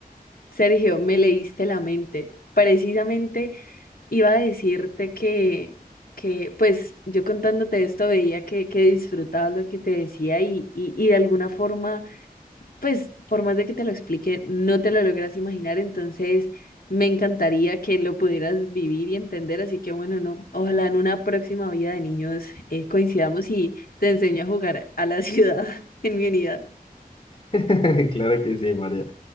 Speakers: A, on the left; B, on the left.
A: Sergio, me leíste la mente. Precisamente iba a decirte que, que pues, yo contándote esto veía que, que disfrutabas lo que te decía y, y, y de alguna forma pues por más de que te lo explique, no te lo logras imaginar, entonces me encantaría que lo pudieras vivir y entender, así que bueno, no, ojalá en una próxima vida de niños eh, coincidamos y te enseño a jugar a la ciudad <laughs> en mi unidad.
B: <laughs> Claro que sí, María.